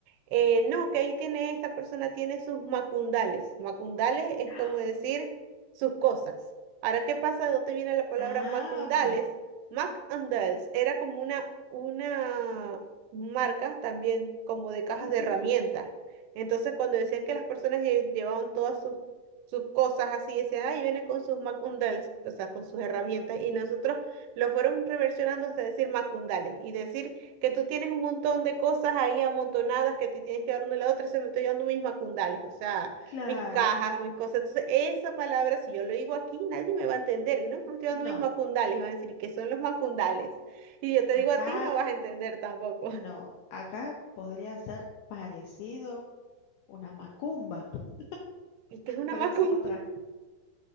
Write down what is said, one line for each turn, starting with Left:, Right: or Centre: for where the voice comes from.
Right: Eh, no, que ahí tiene, esta persona tiene sus macundales. Macundales es
Left: <gasps>
Right: como decir sus cosas. Ahora, ¿qué pasa? ¿De dónde viene la palabra
Left: Ah,
Right: macundales?
Left: ok.
Right: Mac and Dales, era como una, una marcas también como de cajas
Left: Ujú,
Right: de herramientas. Entonces, cuando decían que las personas lle- llevaban todas sus, sus cosas así, decían, ay, viene con sus macundales, o sea, con sus herramientas, y nosotros lo fueron reversionando hasta decir macundales y decir que tú tienes un montón de cosas ahí amontonadas que te tienes que dar una a la otra y se me estoy llevando mis macundales, o sea,
Left: claro.
Right: mis cajas, mis cosas. Entonces, esa palabra, si yo lo digo aquí, nadie me va a entender, ¿no? Que me estoy dando
Left: No,
Right: mis macundales y van a decir, ¿qué son los macundales? Y yo te
Left: acá.
Right: digo a ti, no vas a entender tampoco.
Left: No, acá podría ser parecido una macumba, <laughs>
Right: ¿Y qué es una
Left: pero
Right: macumba?
Left: esa es otra.